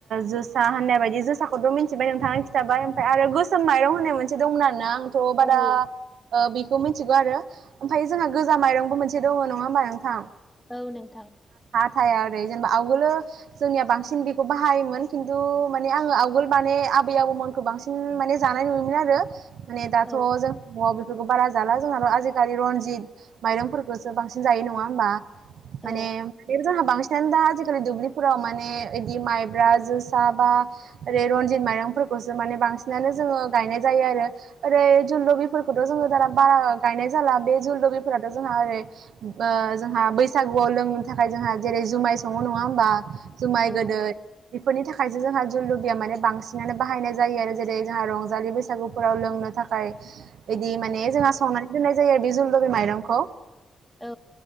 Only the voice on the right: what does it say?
जोसा होननाय बायदि जोसाखौथ' मिथिबाय नोंथाङा खिथाबाय। ओमफाय आरो गोसोम माइरं होननाय मोनसे दंमोन आरोना आं थ'
बारा ओ बेखौ मिनथिगौ आरो ओमफाय जोंहा गोजा माइरंबो मोनसे दङ' नङा होमबा नोंथां?
थाया आरो जेनेबा आवगोलो जोंनिया बांसिन बेखौ बाहायोमोन खिन्थु माने आङो आवगोल माने आबै आबौमोनखौ बांसिन माने जानाय नुयोमोन आरो माने दाथ'
जों नवाव बेफो बेफोरखौ बारा जाला जोंहाल' आजि खालि रनजित माइरंफोरखौसो बांसिन जायो नङा होनबा
माने बेबो जोंहा बांसि बांसिनानो दा आजिखालि दुब्लिफोराव माने बिदि माइब्रा जोसा बा ओरै रनजित माइरंफोरखौसो माने बांसिनानो जोङो गायनाय जायो आरो ओरै जलबिफोरखौथ' जोङो दा बारा गायनाय जा जाला बे जुलदगिफोराथ' जोंहा ओरै जोंहा बैसागुआव लोंनो थाखाय जोंहा जेरै जुमाय सङो नङा होमबा जुमाय
गोदै बेफोरनि थाखायसो जोंहा <unintelligible> माने बांसिनानो बाहायनाय जायो आरो जेरै जोंहा रंजालि बैसागुफोराव लोंनो थाखाय बिदि माने जोंहा संनानै बेखायनो जोङो जुलदरबि माइरंखौ